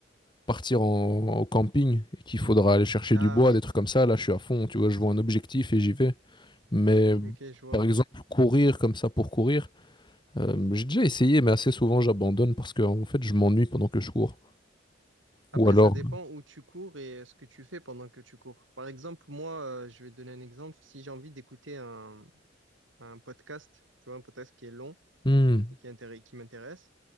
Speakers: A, on the left (about 25°); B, on the right (about 75°).
A: partir en, au camping et qu'il faudra aller chercher
B: Ah
A: du bois,
B: oui,
A: des trucs comme ça, là, je suis à fond. Tu vois, je vois un objectif et j'y vais. Mais
B: ok, je vois.
A: par exemple, courir comme ça pour courir. Euh, j'ai déjà essayé, mais assez souvent j'abandonne parce que en fait je m'ennuie pendant que je cours.
B: Après,
A: Ou alors,
B: ça dépend où tu cours et euh, ce que tu fais pendant que tu cours. Par exemple, moi, euh, je vais te donner un exemple. Si j'ai envie d'écouter un, un podcast, tu vois, un podcast qui est long,
A: euh, Hmm.
B: et qui intér- qui m'intéresse,